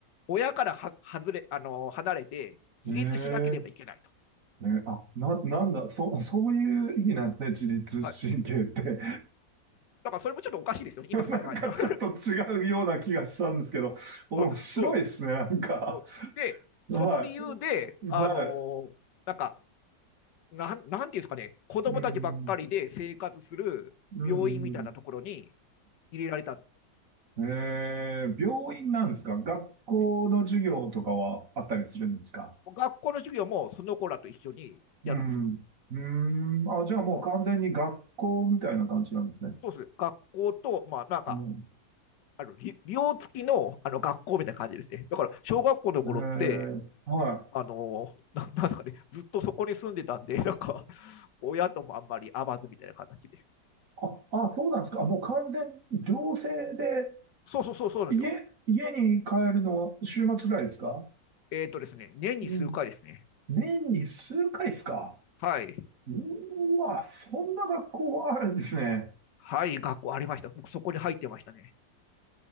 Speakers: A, on the left (about 70°); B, on the right (about 50°).
A: 親からは外れ、あのー離れて自立しなければいけないと。
B: ええ、ね、あ、な、なんだ、そ、そういう意味なんですね、自律神経って。
A: はい。だからそれもちょっとおかしいですよね、
B: <laughs> なんかちょっと違うような気がしたんですけど、
A: 今考えたら。<laughs>
B: 面白いですね、
A: うんうん
B: なんか。
A: うん、で、
B: は
A: その理由で、
B: い。
A: あの
B: はい。
A: ーなんか、なん、なんていうんですかね、子供たちばっかりで生活する病院みたいなところに
B: うん、うん、うん。
A: 入れられたんで
B: えー、病院なんですか学校の授業とかはあったりするんですか
A: すよ。学校の授業もその子らと一緒にやるんですよ。
B: うん。うーん。あ、じゃあもう完全に学校みたいな感じなんですね。
A: うん、そうですね。学校と、まあ、なんか、
B: うん。
A: あの、寮付きの、あの、学校みたいな感じですね。だから、小学校の頃って、
B: えー、はい。
A: あの、ななんですかね、ずっとそこに住んでたんで、<laughs> なんか、親ともあんまり会わずみたいな形で。
B: あ、あ、そうなんですか。あもう完全、行政で、
A: そうそうそう、そうなんですよ。
B: 家、家に帰るのは週末ぐらいですか
A: えっ、ーとですね、年に数回ですね。
B: うん。年に数回ですか
A: はい。
B: うーわ、そんな学校あるんですね。
A: はい、学校ありました。僕、そこに入ってましたね。